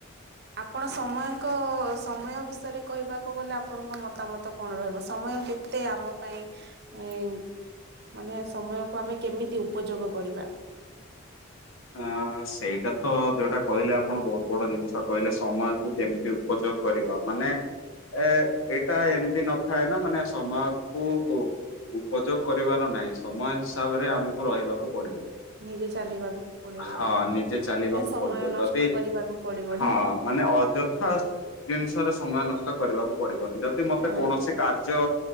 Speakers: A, on the right; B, on the left.
A: ଆପଣ ସମୟଙ୍କ ସମୟ ବିଷୟରେ କହିବାକୁ ଗଲେ ଆପଣଙ୍କ ମତାମତ କଣ ରହିବ ସମୟ ସମୟ କେତେ ଆମ ପାଇଁ ଏ ମାନେ ସମୟକୁ ଆମେ କେମିତି ଉପଯୋଗ କରିବା।
B: ଅ ସେଇଟା ତ ଯୋଉଟା କହିଲେ ଆପଣ ବହୁତ ବଡ ଜିନିଷ କହିଲେ ସମୟକୁୁ କେମିତି ଉପଯୋଗ କରିବା ମାନେ ଏ ଏଇଟା ଏମିତି ନଥାଏ ନା ମାନେ ସମୟ କୁ ଉପଯୋଗ କରିବାର ନାହିଁ ସମୟ ହିସାବରେ ଆମକୁ ରହିବାକୁ ପଡିବ।
A: ନିଜେ ଚାଲିବାକୁ ପଡିବ
B: ହଁ ନିଜେ ଚାଲିବାକୁ
A: ନାଇଁ ସମୟ
B: ପଡିବ
A: ନଷ୍ଟ
B: ଯଦି
A: କରିବାକୁ ପଡିବନି
B: ହଁ ମାନେ ଅଯଥା ଜିନିଷରେ ସମୟ ନଷ୍ଟ କରିବାକୁ ପଡିବନି ଯଦି ମତେ
A: ଆଜ୍ଞା
B: କୌଣସି କାର୍ଯ୍ୟ